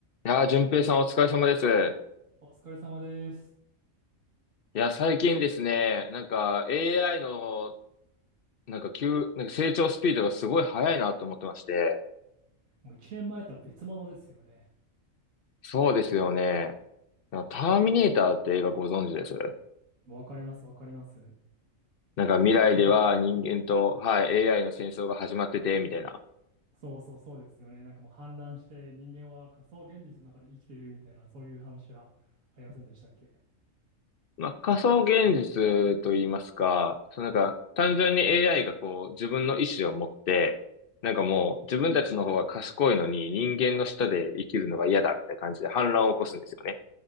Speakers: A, on the left (about 50°); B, on the right (about 80°).
A: いやー、淳平さんお疲れ様です。
B: お疲れ様です。
A: いや、最近ですね、なんか AI の、なんか急、なんか成長スピードがすごい速いなと思ってまして。
B: もう1年前とは別物ですよね。
A: そうですよね。なんかターミネーターって映画ご存知です
B: わかります、わかります。
A: なんか未来では人間と、
B: なんか、
A: はい、AI の戦争が始まってて、みたいな。
B: そうそうそうですよね。なんかもう氾濫して人間は仮想現実の中で生きてるみたいな、そういう話はありませんでしたっけ
A: まあ、仮想現実と言いますか、そのなんか単純に AI がこう自分の意思を持って、なんかもう自分たちの方が賢いのに人間の下で生きるのが嫌だみたいな感じで反乱を起こすんですよね。